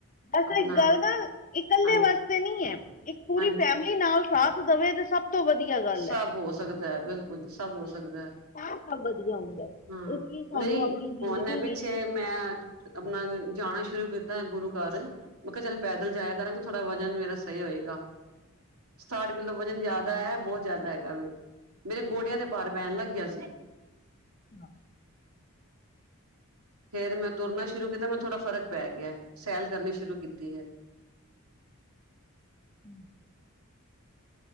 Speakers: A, on the left; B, on the right.
A: ਬਸ
B: ਆਪਣਾ
A: ਇੱਕ ਗੱਲ ਨਾਲ, ਇਕੱਲੇ
B: ਹਾਂ
A: ਵਾਸਤੇ ਨੀ ਹੈ, ਇੱਕ ਪੂਰੀ
B: ਹਾਂਜੀ
A: ਫੈਮਲੀ ਪਤੀ ਨਾਲ ਸਾਥ ਦੇਵੇ ਤੇ ਸਭ ਤੋਂ ਵਧੀਆ ਗੱਲ
B: ਸਭ
A: ਹੈ
B: ਹੋ ਸਕਦਾ ਹੈ, ਬਿਲਕੁਲ ਜੀ ਸਭ ਹੋ ਸਕਦਾ ਹੈ।
A: ਤਾਂ ਸਭ ਵਧੀਆ ਹੁੰਦਾ
B: ਹਮ,
A: ਇਸ ਲਈ ਸਾਨੂੰ
B: ਨਹੀਂ
A: ਆਪਣੀ ਜ਼ਿੰਦਗੀ
B: ਹੁਣ ਐ ਪਿੱਛੇ
A: ਵਿੱਚ
B: ਮੈਂ, ਅੱਜ ਆਪਣਾ ਜਾਣਾ ਸ਼ੁਰੂ ਕੀਤਾ ਗੁਰੂ ਘਰ। ਮੈਂ ਕਿਹਾ ਚੱਲ ਪੈਦਲ ਜਾਇਆ ਕਰਾਂਗੀ, ਥੋੜ੍ਹਾ ਵਜਨ ਮੇਰਾ ਸਹੀ ਹੋਏਗਾ। ਸਤਾਠ ਕਿੱਲੋ ਵਜਨ ਜ਼ਿਆਦਾ ਹੈ, ਬਹੁਤ ਜ਼ਿਆਦਾ ਹੈਗਾ ਵੀ, ਮੇਰੇ ਗੋਡਿਆਂ ਤੇ ਪਾਰ ਪੈਣ ਲੱਗ ਗਿਆ ਸੀ।
A: ਅੱ
B: ਫੇਰ ਮੈਂ ਤੁਰਨਾ ਸ਼ੁਰੂ ਕੀਤਾ ਮੈਨੂੰ ਥੋੜਾ ਫਰਕ ਪੈ ਗਿਆ, ਸੈਲ ਕਰਨੀ ਸ਼ੁਰੂ ਕੀਤੀ ਹੈ।
A: ਹੁਂ।